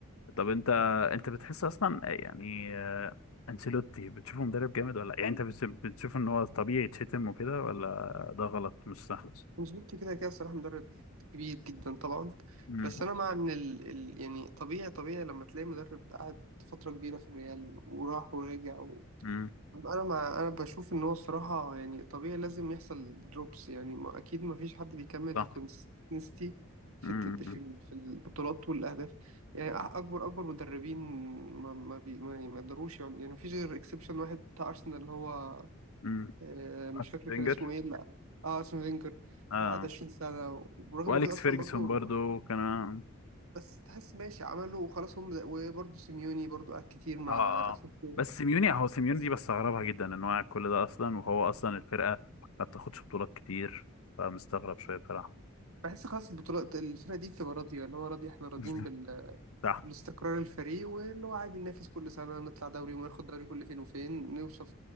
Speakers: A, on the left; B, on the right.
A: طب انت انت بتحس اصلا يعني آه، انشيلوتي بتشوفه مدرب جامد ولا يعني انت بتش- بتشوف ان هو طبيعي يتشتم وكده ولا ده غلط مش صح
B: انشيلوتي كده كده الصراحة مدرب كبير جدا طبعا
A: مم.
B: بس أنا مع إن ال... ال... يعني طبيعي طبيعي لما تلاقي مدرب قعد فترة كبيرة في الريال وراح ورجع و...
A: مم.
B: أنا مع أنا بشوف إن هو الصراحة يعني طبيعي لازم يحصل دروبس يعني ما... أكيد ما فيش حد بيكمل بكونسستنسي
A: صح
B: في
A: مم.
B: الت... في ال... في البطولات والأهداف يعني أ- أكبر أكبر مدربين ما ما, بي... ما ما يقدروش يعني يعني ما فيش غير إكسبشن واحد بتاع أرسنال اللي هو
A: مم.
B: آه، مش
A: أرسن
B: فاكر
A: فينجر
B: كان اسمه ايه لا اه اسمه فينجر
A: اه
B: قعد 20 سنة وبرغم
A: واليكس
B: من كده اصلا
A: فيرجسون
B: برضو
A: برضو كان
B: بس تحس ماشي عمله وخلاص هم وبرضو سيميوني برضو قعد كتير مع
A: اه
B: اتلتيكو
A: اه بس سيميوني هو سيميوني
B: بس
A: دي بستغربها جدا ان هو قاعد كل ده اصلا وهو اصلا الفرقه ما بتاخدش بطولات كتير فمستغرب شويه بصراحه
B: بحس خلاص البطولات الفرقة دي بتبقى راضية اللي هو راضي احنا راضيين
A: <laughs>
B: بال...
A: صح
B: بالاستقرار الفريق واللي هو عادي ننافس كل سنة نطلع دوري وناخد دوري كل فين وفين نوصل